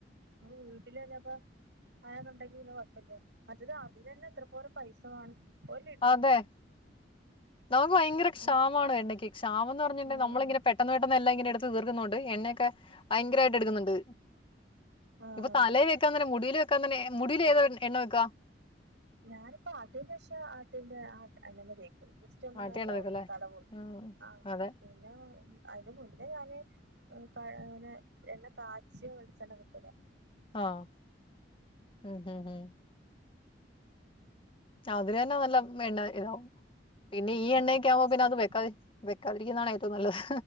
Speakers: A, on the right; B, on the left.
A: ഇങ്ങള് വീട്ടിലന്നെപ്പോ അയാള്ണ്ടെങ്കിൽ പിന്നെ കൊഴപ്പല്ല മറ്റത് അതിലന്നെ എത്ര പോരും പൈസവാണം ഒരു ലി
B: അതെ നമക്ക് ഭയങ്കര
A: ഉം
B: ക്ഷാമാണ് എണ്ണക്ക് ക്ഷാമന്ന് പറഞ്ഞിണ്ടെൽ
A: ആഹ്
B: നമ്മളിങ്ങനെ പെ പെട്ടെന്ന് പെട്ടെന്ന് എല്ലാം ഇങ്ങനെ എടുത്ത് തീർക്കുന്നുണ്ട് എണ്ണെക്കെ ഭയങ്കരായിട്ട് എടുക്കുന്നുണ്ട്
A: ആഹ്
B: ഇപ്പൊ തലേ വെക്കാൻ തന്നെ മുടിയിൽ വെക്കൻ തന്നെ മുടില് ഏതോ എ എണ്ണവെക്ക
A: ഞാനിപ്പ ആട്ടിൻ്റേശം ആട്ടിയൻ്റെ ആ എണ്ണെന്ന തേക്ക ജെസ്‌റ്റൊന്നിങ്ങന
B: ആട്ടിയ
A: ഇതാവും
B: എണ്ണ വെക്കും അല്ലേ
A: തടവു
B: ഉം
A: ആ
B: അതെ
A: പിന്നെ അയിന് മുന്നേ ഞാന് <unintelligible> അങ്ങനെ എണ്ണ കാച്ചിയ വെൾച്ചെണ്ണ കിട്ടൂലേ
B: ആഹ് ഉം ഹ് ഹ് അവരെന്നെ നല്ല എണ്ണ ഇതാവും പിന്നെ ഈ
A: അങ്ങനെ
B: എണ്ണയൊക്കെവുമ്പോ
A: സ്ഥിര
B: പിന്നെ അത് വെക്കാ വെക്കാതിരിക്കുന്നതാണ് ഏറ്റവും നല്ലത്